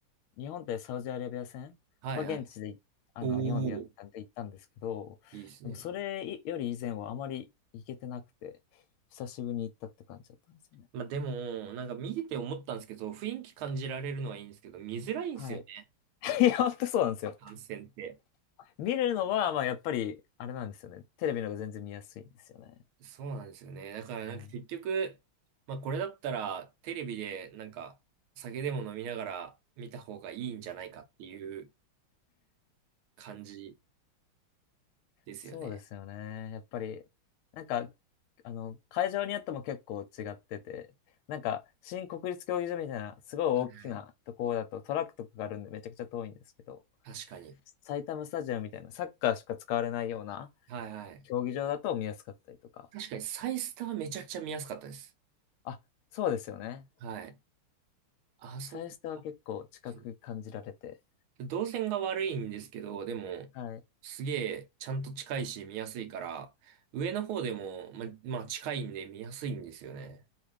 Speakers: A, on the left; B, on the right.
A: 日本対サウジアラビア戦は現地で、
B: はいはい。
A: あの、
B: おお、
A: 日本でやったんで行ったんですけど、
B: いいですね。
A: でもそれより以前はあまり行けてなくて、久しぶりに行ったって感じだったんですよね。
B: まあでも、なんか見てて思ったんですけど、雰囲気感じられるのはいいんですけど、見づらいんですよね、
A: はい。<laughs> いや、本当そうなんですよ。
B: 感染って。
A: 見るのは、まあ、やっぱり、あれなんですよね。テレビの方が全然見やすいんですよね。
B: そうなんですよね。だからなんか結局、
A: はい
B: まあこれだったら、テレビでなんか、酒でも飲みながら見た方がいいんじゃないかっていう感じですよね。
A: そうですよね。やっぱり、なんか、あの、会場によっても結構違ってて、なんか、新国立競技場みたいな、すごい大きなところだとトラックとかがあるんでめちゃくちゃ遠いんですけど、
B: はい。確かに。
A: 埼玉スタジアムみたいな、サッカーしか使われないような
B: はいはい。
A: 競技場だと見やすかったりとか。
B: 確かにサイスタはめちゃくちゃ見やすかったです。
A: あ、そうですよね。
B: はい。あそこが、
A: サイスタは結構近く感じられて。
B: そう動線が悪いんですけど、でも、
A: はい。
B: すげえちゃんと近いし見やすいから、上の方でも、ま、まあ近いんで見やすいんですよね。